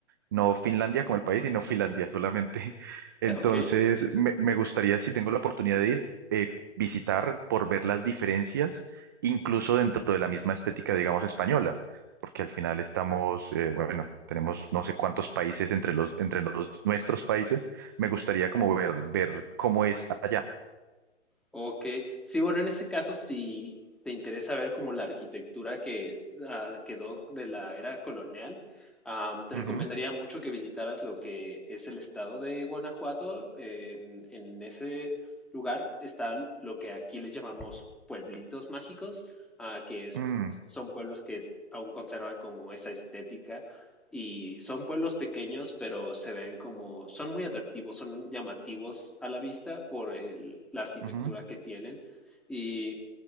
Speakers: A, on the right; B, in the centre.
A: no Finlandia como el país, sino Finlandia solamente. <laughs> Entonces,
B: <laughs> ok.
A: me, me gustaría, si tengo la oportunidad de ir, eh, visitar por ver las diferencias, incluso dentro de la misma estética, digamos, española, porque al final estamos, eh, bueno, tenemos no sé cuántos países entre los, entre los nuestros países. Me gustaría como ver, ver cómo es allá.
B: Ok, sí, bueno, en ese caso, si te interesa ver como la arquitectura que ah, quedó de la era colonial, am, te
A: Ujú,
B: recomendaría mucho que visitaras lo que es el estado de Guanajuato. En, en ese lugar está lo que aquí les llamamos pueblitos mágicos, ah, que es-
A: mm,
B: son pueblos que aún conservan como esa estética y son pueblos pequeños, pero se ven como, son muy atractivos, son llamativos a la vista por el- la arquitectura
A: ujú.
B: que tienen. Y